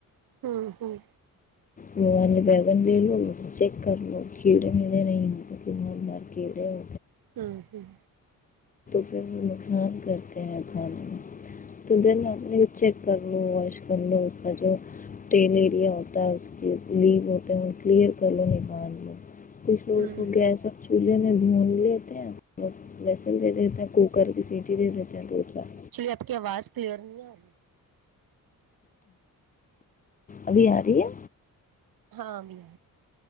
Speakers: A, on the right; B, on the left.
A: ہاں ہاں
B: وہ وال نے بگ لے لو م چیک کر لو کڑے میرے نہیںار کیڑے ہو
A: ہاں ہوں
B: پھر نقصان کرتے ہیں کھانے میں تو دین اپ چیک کر لو واش کر لو اس کا جو پین ایریا ہوتا ہے اس لیگ ہوتے ہیں وہ کلیئر کر لو نکان میں کچھ
A: ایکچولی
B: لوگ اس کو گیس اور چولہے میں مولیہت ہیں بیگن دے دیتے ہیں کوکر مے سیٹی دے دیتے ہیں دو چار
A: آپ کی آواز کلیئر نہیں آ رہی
B: ابھی آ رہی ہے
A: ہاں ابھی